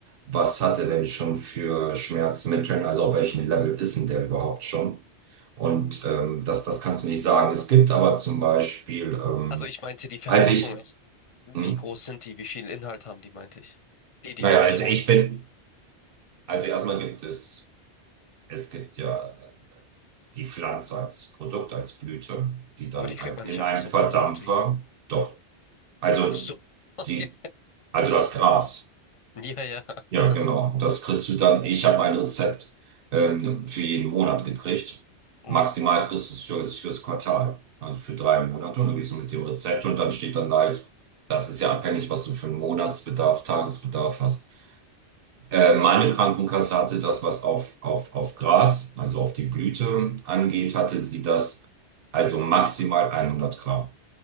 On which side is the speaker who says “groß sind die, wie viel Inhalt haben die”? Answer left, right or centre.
Left